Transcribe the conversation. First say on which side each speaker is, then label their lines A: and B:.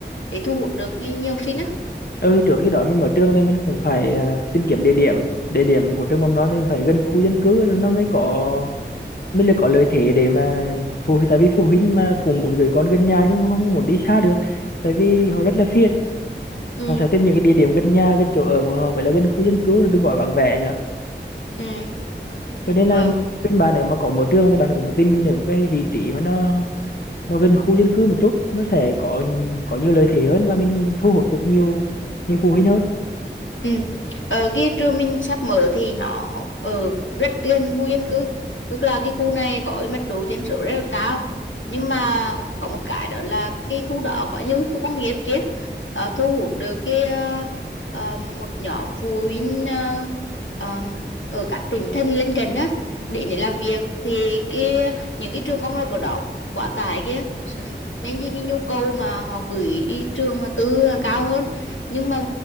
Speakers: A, on the left (about 85°); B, on the left (about 55°).
A: để thu hút được nhiều học sinh á?
B: ừ thì trước khi đó mình mở trường nên mình cũng phải à, tìm kiếm địa điểm địa điểm của trường mầm non thì phải gần khu dân cư nó mới có mới là có lợi thế để mà phụ huynh tại vì phụ huynh mà cũng muốn gửi con gần nhà nhưng không muốn đi xa được tại vì họ rất là phiền
A: ừ
B: họ sẽ tìm những cái địa điểm gần nhà gần chỗ ở của họ vậy là gần khu dân cư đừng gọi vắng vẻ nữa
A: ừ
B: cho nên là
A: ờ
B: mình khuyên bạn nếu mà có mở trường thì bạn cũng tìm những cái vị trí mà nó nó gần khu dân cư một chút nó sẽ có có nhiều lợi thế hơn và mình thu hút được nhiều nhiều phụ huynh hơn
A: ừ ở cái trường mình sắp mở thì nó ở rất gần khu dân cư tức là cái khu này có cái mật độ dân số rất là cao nhưng mà có một cái đó là cái khu đó có nhiều khu công nghiệp kia ờ, thu hút được cái ờ, ờ, một nhóm phụ huynh ờ, ờm, ở các tỉnh thành lân cận á để để làm việc thì cái những cái trường công lập ở đó quá tải kia nên cái cái nhu cầu mà họ gửi đi trường tư là cao hơn nhưng mà